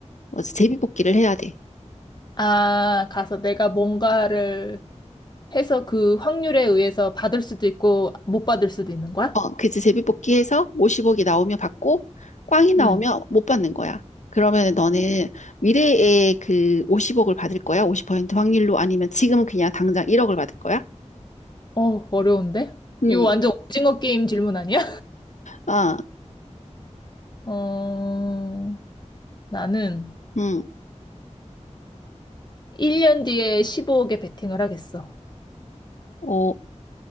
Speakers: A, on the left; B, on the left.
A: 뭐지, 제비뽑기를 해야 돼.
B: 아, 가서 내가 뭔가를 해서 그 확률에 의해서 받을 수도 있고 못 받을 수도 있는 거야?
A: 어, 그치. 제비뽑기 해서 50억이 나오면 받고, 꽝이 나오면
B: 응.
A: 못 받는 거야. 그러면 너는 미래에 그 50억을 받을 거야? 50% 확률로? 아니면 지금은 그냥 당장 1억을 받을 거야?
B: 어, 어려운데?
A: 음,
B: 이거 완전 오징어 게임 질문 아니야?
A: 아,
B: <laughs> 어, 나는
A: 음,
B: 1년 뒤에 15억에 베팅을 하겠어.
A: 어,